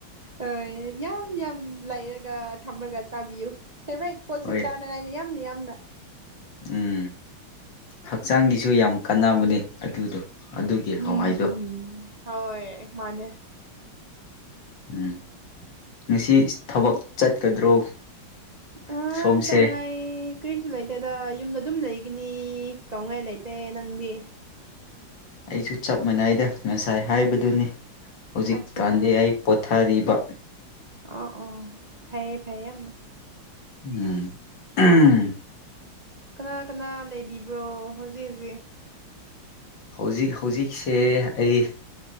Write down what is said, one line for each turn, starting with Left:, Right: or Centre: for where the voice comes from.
Right: ꯑꯣꯏ ꯌꯥꯝ ꯌꯥꯝ ꯂꯩꯔꯒ ꯊꯝꯃꯒ ꯆꯥꯕꯤꯌꯨ ꯐꯦꯚꯔꯥꯏꯠ ꯄꯣꯠꯁꯦ
Left: ꯍꯣꯏ
Right: ꯆꯥꯅꯉꯥꯏꯅꯤ ꯌꯥꯝ ꯌꯥꯝꯅ
Left: ꯎꯝ ꯍꯛꯆꯥꯡꯒꯤꯁꯨ ꯌꯥꯝ ꯀꯥꯟꯅꯕꯅꯦ ꯑꯗꯨꯗꯣ ꯑꯗꯨꯒꯤ
Right: ꯎꯝ
Left: ꯍꯋꯥꯏꯗꯣ
Right: ꯎꯝ ꯍꯣꯏ ꯃꯥꯅꯦ
Left: ꯎꯝ ꯉꯁꯤ ꯊꯕꯛ ꯆꯠꯀꯗ꯭ꯔꯣ
Right: ꯑꯥ
Left: ꯁꯣꯝꯁꯦ
Right: ꯆꯥꯅꯉꯥꯏ ꯀꯔꯤꯁꯨ ꯂꯩꯇꯦꯗ ꯌꯨꯝꯗ ꯑꯗꯨꯝ ꯂꯩꯒꯅꯤ ꯇꯧꯉꯥꯏ ꯂꯩ ꯇꯦ ꯅꯪꯗꯤ
Left: ꯑꯩꯁꯨ ꯆꯞ ꯃꯥꯟꯅꯩꯗ ꯉꯁꯥꯏ ꯍꯥꯏꯕꯗꯨꯅꯤ ꯍꯧꯖꯤꯛꯀꯥꯟꯗꯤ
Right: ꯑꯠꯆꯥ
Left: ꯑꯩ ꯄꯣꯊꯥꯔꯤꯕ
Right: ꯑꯣ ꯑꯣ ꯐꯩꯌꯦ ꯐꯩꯌꯦ ꯌꯥꯝꯅ
Left: ꯎꯝ <unintelligible>
Right: ꯀꯅꯥ ꯀꯅꯥ ꯂꯩꯕꯤꯕ꯭ꯔꯣ ꯍꯧꯖꯤꯛ ꯍꯧꯖꯤꯛ
Left: ꯍꯧꯖꯤꯛ ꯍꯧꯖꯤꯛꯁꯦ ꯑꯩ